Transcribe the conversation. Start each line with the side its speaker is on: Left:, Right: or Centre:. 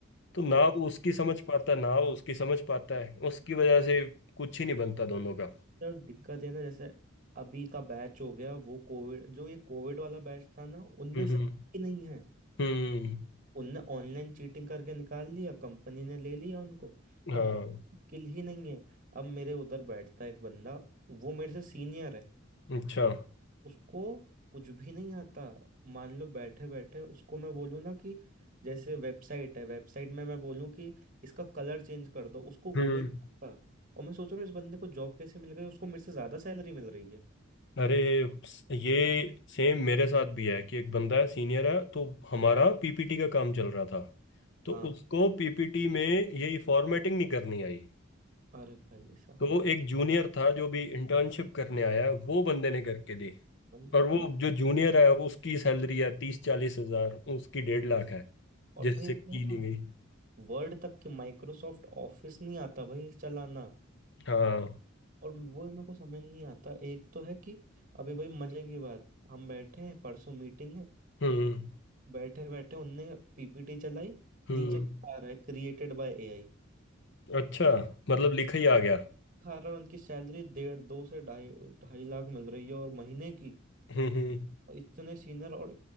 Left: तो ना
Right: भाई
Left: वो उसकी समझ पाता ना वो उसकी समझ पाता है उसकी वजह से कुछ ही नहीं बनता दोनों का
Right: और दिक्कत है ना जैसे अभी का बैच हो गया वो कोविड जो ये कोविड वाला बैच था ना उनमें
Left: हम्म
Right: स्किल ही नहीं है
Left: हम्म
Right: उनने ऑनलाइन चीटिंग करके निकाल लिया कंपनी ने ले लिया उनको
Left: हाँ
Right: अब किल ही नहीं है अब मेरे उधर बैठता है एक बंदा वो मेरे से सीनियर है
Left: अच्छा
Right: उसको कुछ भी नहीं आता मान लो बैठे बैठे उसको मैं बोलूँ ना कि जैसे वेबसाइट है वेबसाइट में मैं बोलूँ कि इसका कलर चेंज कर दो उसको वो
Left: हम्म
Right: भी नहीं आता और मैं सोच रहा हूँ इस बंदे को जॉब कैसे मिल गई उसको मेरे से ज्यादा सैलरी मिल रही है
Left: अरे स- ये सेम मेरे साथ भी है कि एक बंदा है सीनियर है तो हमारा पीपीटी का काम चल रहा था तो
Right: हाँ
Left: उसको पीपीटी में ये फॉर्मेटिंग नहीं करनी आई
Right: अरे भाई साहब
Left: तो एक जूनियर था जो भी इंटर्नशिप करने आया वो बंदे ने करके दी
Right: वही
Left: और
Right: तो
Left: वो
Right: भाई
Left: जो जूनियर है वो उसकी सैलरी है तीस चालीस हजार उसकी डेढ़ लाख है
Right: और
Left: जिससे
Right: भाई वो-
Left: की नहीं गई
Right: वर्ड तक के माइक्रोसॉफ्ट ऑफिस नहीं आता भाई चलाना
Left: हाँ
Right: और वो मेरे को समझ नहीं आता एक तो है कि अभी भाई मजे की बात हम बैठे हैं परसों मीटिंग है
Left: हम्म
Right: बैठे बैठे उनने पीपीटी चलाई
Left: हम्म
Right: नीचे लिखा रहा है क्रिएटेड बाय एआई
Left: अच्छा मतलब लिखा ही आ गया
Right: खा रहा है उनकी सैलरी डेढ़ दो से ढाई ढाई लाख मिल रही है और महीने की
Left: हम्म हम्म
Right: और इतने सीनियर और